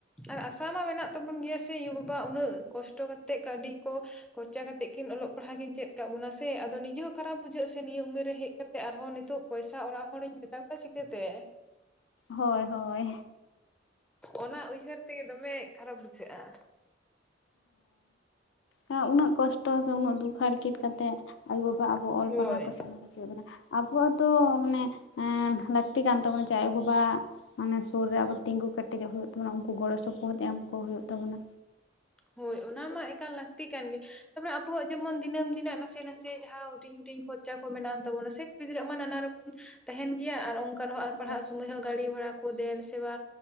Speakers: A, in the centre; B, on the left (about 70°).
A: ᱟᱨ ᱟᱥᱟ ᱢᱟ ᱢᱮᱱᱟᱜ ᱛᱟᱵᱚᱱ ᱜᱮᱭᱟ ᱥᱮ ᱤᱭᱩ ᱵᱟᱵᱟ ᱟᱜ ᱩᱱᱟᱹᱜ ᱠᱚᱥᱴᱚ ᱠᱟᱛᱮ ᱠᱟᱹᱣᱰᱤ ᱠᱚ ᱠᱷᱚᱨᱪᱟ ᱠᱟᱛᱮᱜ ᱠᱤᱱ ᱚᱞᱚᱜ ᱯᱟᱲᱦᱟ ᱠᱤᱱ ᱪᱮᱫ ᱠᱟᱜ ᱵᱚᱱᱟ ᱥᱮ ᱟᱫᱚ ᱱᱤᱡᱮ ᱦᱚᱸ ᱠᱷᱟᱨᱟᱯ ᱵᱩᱡᱷᱟᱹᱜᱼᱟ ᱥᱮ ᱱᱤᱭᱟᱹ ᱩᱢᱮᱨ ᱨᱮ ᱦᱮᱡ ᱠᱟᱛᱮᱫ ᱟᱨᱦᱚᱸ ᱱᱤᱛᱚᱜ ᱯᱚᱭᱥᱟ ᱚᱲᱟᱜ ᱦᱚᱲᱤᱧ ᱢᱮᱛᱟ ᱠᱚᱣᱟ ᱪᱤᱠᱟᱹᱛᱮ᱾
B: ᱦᱳᱭ ᱦᱳᱭ
A: ᱚᱱᱟ ᱩᱭᱦᱟᱹᱨ ᱛᱮ ᱫᱚᱢᱮ ᱠᱷᱟᱨᱟᱯ ᱵᱩᱡᱷᱟᱹᱜᱼᱟ᱾
B: ᱦᱮᱸ ᱩᱱᱟᱹᱜ ᱠᱚᱥᱴᱚ ᱥᱮ ᱩᱱᱟᱹᱜ ᱫᱩᱠ ᱦᱟᱲᱠᱮᱛ ᱠᱟᱛᱮ᱾ ᱟᱭᱳ ᱵᱟᱵᱟ ᱟᱵᱚ ᱚᱞ
A: ᱦᱳᱭ
B: ᱯᱟᱲᱦᱟᱣ ᱠᱚ ᱥᱮᱲᱟ ᱦᱚᱪᱚᱭᱮᱫ ᱵᱚᱱᱟ᱾ ᱟᱵᱚᱣᱟᱜ ᱦᱚᱛᱚ ᱢᱟᱱᱮ ᱮᱸ ᱞᱟᱹᱠᱛᱤ ᱠᱟᱱ ᱛᱟᱵᱚᱱᱟ ᱡᱮ ᱟᱭᱳ ᱵᱟᱵᱟ᱾ ᱢᱟᱱᱮ ᱥᱩᱨ ᱨᱮ ᱟᱵᱚ ᱛᱤᱸᱜᱩ ᱠᱮᱴᱮᱡᱚᱜ ᱦᱩᱭᱩᱜ ᱛᱟᱵᱚᱱᱟ ᱩᱝᱠᱩ ᱜᱚᱲᱚ ᱥᱚᱯᱚᱦᱚᱫ ᱮᱢ ᱠᱚ ᱦᱩᱭᱩᱜ ᱛᱟᱵᱚᱱᱟ᱾
A: ᱦᱳᱭ ᱚᱱᱟ ᱢᱟ ᱮᱠᱟᱞ ᱞᱟᱠᱛᱤ ᱠᱟᱱ ᱜᱮ᱾ ᱛᱟᱯᱚᱨᱮ ᱟᱵᱚᱣᱟᱜ ᱡᱮᱢᱚᱱ ᱫᱤᱱᱟᱹᱢ ᱫᱤᱱᱟᱜ ᱱᱟᱥᱮ - ᱱᱟᱥᱮ ᱡᱟᱸᱦᱟᱸ ᱦᱩᱰᱤᱧ ᱦᱩᱰᱤᱧ ᱠᱷᱚᱨᱪᱟ ᱠᱚ ᱢᱮᱱᱟᱜ ᱟᱱ ᱛᱟᱵᱚᱱᱟ ᱥᱮ ᱠᱩᱲᱤ ᱜᱤᱫᱽᱨᱟᱹ ᱢᱟ ᱱᱟᱱᱟ ᱨᱚᱠᱚᱢ
B: <inaudible>
A: ᱛᱟᱦᱮᱱ ᱜᱮᱭᱟ ᱟᱨ ᱚᱝᱠᱟ ᱨᱮᱸᱦᱚᱸ ᱟᱨ
B: ᱦᱳᱭ
A: ᱯᱟᱲᱦᱟᱜ ᱥᱩᱢᱟᱹᱭ ᱦᱚᱸ ᱜᱟᱰᱤ ᱵᱷᱟᱲᱟ ᱠᱚ ᱫᱮᱱ ᱥᱮ ᱵᱟ